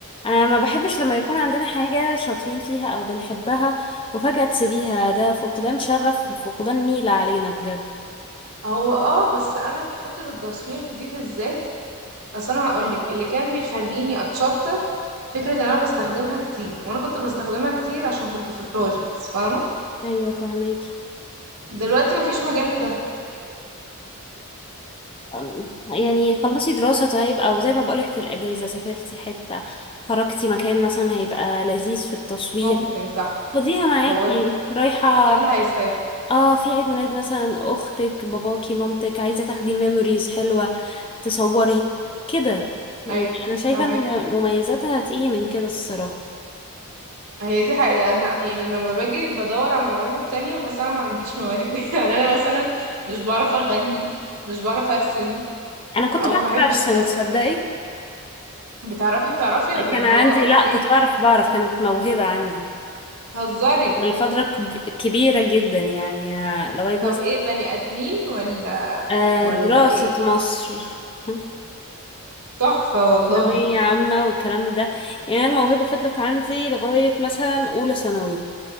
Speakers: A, on the left (about 25°); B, on the right (about 85°).
A: انا ما بحبش لما يكون عندنا حاجة شاطرين فيها او بنحبها وفجأة تسيبيها ده فقدان شغف وفقدان نيلة علينا بجد
B: هو اه بس انا في حته التصوير دي بالذات بس انا هقولك اللي كان بيخليني اتشطر فكره ان انا بستخدمها كتير وانا كنت بستخدمها كتير عشان كنت في بروجكتس فاهمه
A: ايوه فهميكي
B: دلوقتي مفيش مجال لده
A: أم، يعني خلصي دراسة طيب او زي ما بقولك في الاجازة سافرتي حتة خرجتي مكان مثلا هيبقى لذيذ في التصوير
B: ممكن صح
A: خديها معاكي
B: هو ده
A: رايحة
B: اللي هيساعد
A: اه في عيد ميلاد مثلا اختك باباكي مامتك عايزة تاخدي ميموريز حلوة تصوري كده يعني
B: ايوه
A: انا شايفه
B: فهمك
A: ان مميزاتها هتيجي من كده الصراحه
B: هي دي حقيقة انا يعني لما باجي بدور على مواهب تانية بحس انا ما عنديش مواهب <laughs> يعني انا مثلا مش بعرف اغني مش بعرف ارسم
A: انا كنت
B: او
A: بعرف
B: ما بحبش
A: ارسم
B: الرسم
A: تصدقي
B: بتعرفي بتعرفي ولا
A: كان
B: اللي
A: عندي
B: هو اوكي
A: لا كنت بعرف بعرف كانت موهبه عندي
B: تهزري
A: والفتره كب- كبيره جدا يعني آه، لغايه
B: طب
A: مثلا
B: ايه بني ادمين ولا
A: آه،
B: ولا
A: دراسه
B: ايه
A: مصر <laughs>
B: تحفة والله
A: ثانويه عامه والكلام ده يعني الموهبه فضلت عندي لغايه مثلا اولى ثانوي